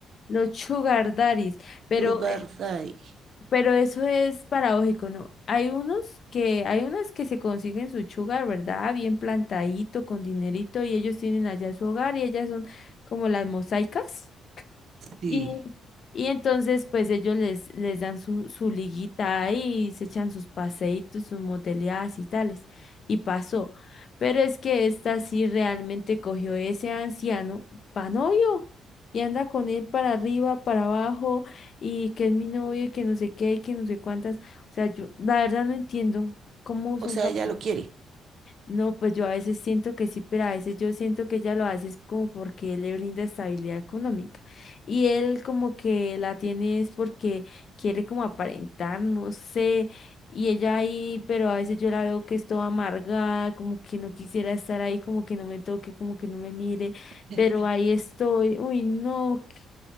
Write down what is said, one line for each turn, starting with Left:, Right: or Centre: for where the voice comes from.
Left: los sugar daddies, pero,
Right: Sugar
Left: eh,
Right: Daddy.
Left: pero eso es paradójico, ¿no? Hay unos que, hay unas que se consiguen su sugar, ¿verdad? Bien plantadito, con dinerito, y ellos tienen allá su hogar y ellas son como las mosaicas.
Right: Sí.
Left: Y, y entonces, pues ellos les, les dan su, su liguita ahí, y se echan sus paseitos, sus moteleadas y tales. Y pasó. Pero es que esta sí realmente cogió ese anciano pa' novio. Y anda con él para arriba, para abajo, y que es mi novio, y que no sé qué, y que no sé cuántas. O sea, yo la verdad no entiendo cómo son
Right: O sea,
Left: capaces.
Right: ella lo quiere.
Left: No, pues yo a veces siento que sí, pero a veces yo siento que ella lo hace es como porque él le brinda estabilidad económica. Y él como que la tiene es porque quiere como aparentar, no sé. Y ella ahí, pero a veces yo la veo que es toda amargada, como que no quisiera estar ahí, como que no me toque, como que no me mire,
Right: <laughs>
Left: pero ahí estoy. Uy, no. qué-